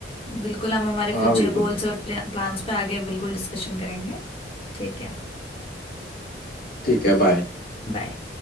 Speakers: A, on the left (about 35°); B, on the left (about 55°).
A: बिल्कुल हम हमारे
B: हाँ
A: फ्यूचर
B: बिल्कुल
A: गोल्स और प्लान्स पे आगे बिल्कुल डिस्कशन करेंगे ठीक है
B: ठीक है बाय
A: बाय